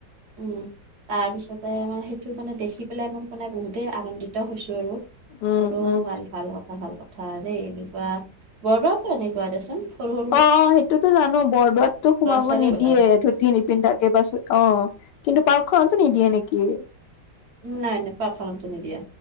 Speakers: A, on the right; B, on the left.
A: উম, তাৰপিছতে মানে সেইটো মানে দেখি পেলাই মই মানে বহুতেই আনন্দিত হৈছো আৰু।
B: উম
A: হলেও
B: উম
A: ভাল-ভাল কথা ভাল কথা দেই এনেকুৱা। বৰদোৱাতো এনেকুৱা দেচোন সৰু-সৰু
B: অ অ', সেইটোতো জানো বৰদোৱাতটো সোমাব
A: ছোৱালীও
B: নিদিয়ে
A: লগাইছে
B: ধুতি নিপিন্ধাকে, বা অ'। কিন্তু পাৰ্কখনতো নিদিয়ে নেকি?
A: নাই, নাই পাৰ্কখনতো নিদিয়ে।